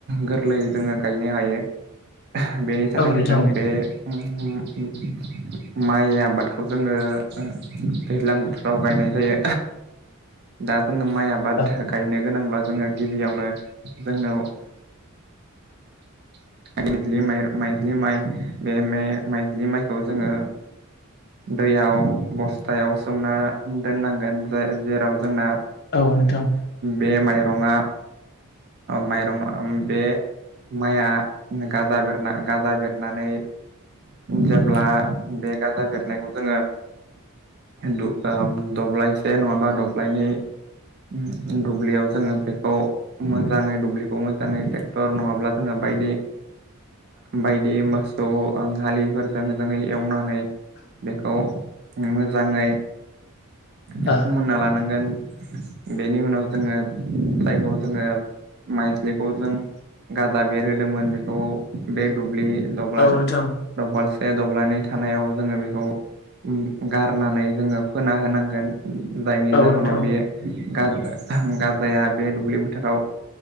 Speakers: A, on the right; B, on the left.
A: गोरलै जोङो गायनो हायो बेनि थाखायनो
B: औ नोंथां
A: जों बे उम माइ आबादखौ जोङो ओ दैज्लां बोथोराव गायनो जायो दा जोंनो माइ आबाद
B: औ
A: गायनो गोनांब्ला जोङो गिबियावनो जोंनो <inaudible> लि माइज्लि माइ माइज्लि माइ बे मे माइज्लि माइखौ जोङो दैयाव बस्थायाव सोमना दोननांगोन ज जेराव जोंना
B: औ नोंथां
A: बे माइरङआ माइरं बे माइया गाजा बेरना गाजा बेरनानै जेब्ला बे गाजा बेरनायखौ जोङो दु ओ दब्लायसे नङाबा दब्लायनै उम दुब्लियाव जोङो बेखौ मोजाङै दुब्लिखौ मोजाङै नङाब जोङो बायदि बायदि मोसौ हालिफोर जो जोङ एवनानै बेखौ मोजाङै ए
B: ओ
A: फोमोनना लानांगोन बेनि उनाव जोङो जायखौ जोङो माइज्लिखौ जों गाजा बेरहोदोंमोन बेखौ बे दुब्लि दब्ला
B: औ नोंथां औ नोंथां
A: दबल सबे दब्लायनै थानायाव जोङो बेखौ गारनानै जोङो फोना होनांगोन जायनि
B: ओ
A: जाहोनाव बेयो गाज गाजाया बे दुब्लि बोथोराव